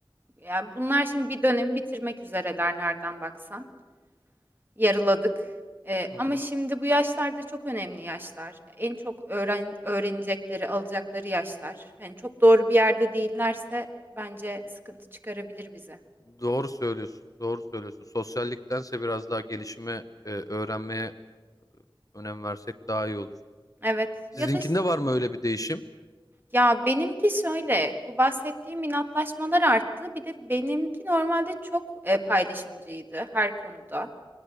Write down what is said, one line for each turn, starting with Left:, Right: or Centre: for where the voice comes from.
Right: ya, bunlar şimdi bir dönemi bitirmek üzereler nereden baksan. Yarıladık. Eee,
Left: Hı
Right: ama
Left: hı.
Right: şimdi bu yaşlarda çok önemli yaşlar. En çok öğren öğrenecekleri, alacakları yaşlar. yani çok doğru bir yerde değillerse bence sıkıntı çıkarabilir bize.
Left: Doğru söylüyorsun. Doğru söylüyorsun. Sosyalliktense biraz daha gelişime, e, öğrenmeye önem versek daha iyi olur.
Right: Evet.
Left: Sizinkinde
Right: Ya da s-
Left: var mı öyle bir değişim?
Right: ya benimki şöyle, bu bahsettiğim inatlaşmalar arttı. Bir de benimki normalde çok e, paylaşımcıydı her konuda.